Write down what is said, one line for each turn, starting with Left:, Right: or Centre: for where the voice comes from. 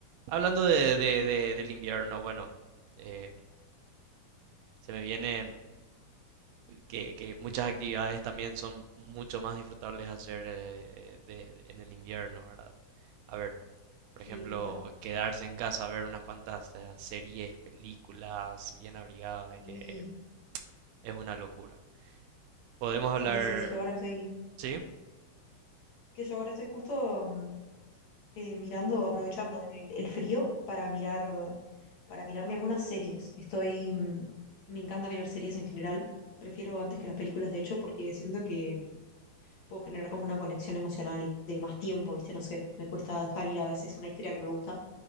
Right: Hablando de, de- de- del invierno, bueno, eh, se me viene que, que muchas actividades también son mucho más disfrutables hacer eh, de- de- en el invierno, ¿verdad? A ver, por
Left: Sí,
Right: ejemplo,
Left: total.
Right: quedarse en casa a ver unas cuantas eh, series, películas bien abrigadas, es
Left: Y
Right: que es una locura. Podemos Sí,
Left: sí,
Right: hablar,
Left: sí,
Right: sí.
Left: yo
Right: hablar,
Left: ahora estoy,
Right: ¿sí?
Left: que yo ahora estoy justo mm, eh, mirando, aprovechando el, el frío para mirar, para mirarme algunas series. Estoy, mm, me encanta mirar series en general. Prefiero antes que las películas, de hecho, porque siento que mm, puedo generar como una conexión emocional de más tiempo, ¿viste? No sé, me cuesta dejar ir a veces una historia que me gusta.